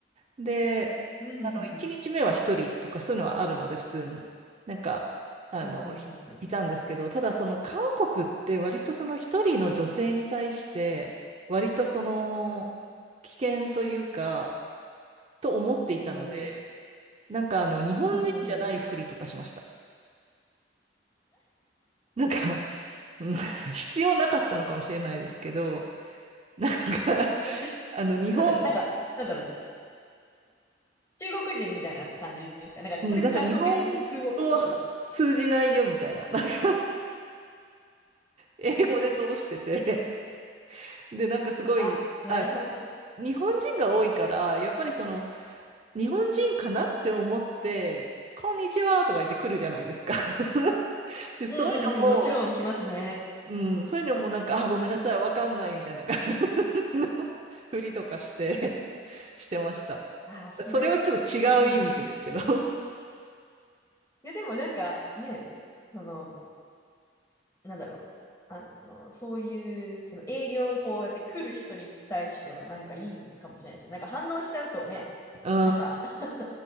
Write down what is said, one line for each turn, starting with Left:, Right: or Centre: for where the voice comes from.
Right: で、
Left: うん、ふんふんふん。
Right: あの、1日目は1人とかそういうのはあるので、普通に。なんか、あの、
Left: うん、ふんふんふん。
Right: いいたんですけど、ただその韓国って割とその1人の女性に対して、割とその危険というか、と思っていたので、
Left: おー。
Right: なんかあの、日本人じゃないふりとかしました。
Left: ふんふんふん。
Right: <laughs> なんか、うん <laughs> 必要なかったのかもしれないですけど、<laughs> なんか、
Left: な、
Right: あの、日本、
Left: なんだろう、なんか、なんだろう。中国人みたいな感じですかなんか、
Right: うんなんか日本語は通じないよみたいな、
Left: それか韓国人風を装う。
Right: なんか英語で通しててで、なんかすごい、
Left: あ、なるほど。
Right: あの、日本人が多いから、やっぱりその、日本人かなって思って、こんにちはとか言って来るじゃないですか。<laughs> で、そういうのも、
Left: うんうんうん。もちろん来ますね。
Right: うん、そういうのもなんか、あ、ごめんなさい、わかんないみたいな感じの <laughs> ふりとかして、してました。
Left: ああ、それ、
Right: それはちょっと違う意味でですけど。
Left: それめちゃくちゃいい。
Right: <laughs>
Left: いや、でもなんかね、その、なんだろう。あの、そういう、その営業にこうやって来る人に対しては、なんかいいかもしれないですね。なんか反応しちゃうとね、
Right: うん。
Left: なんか、<laughs>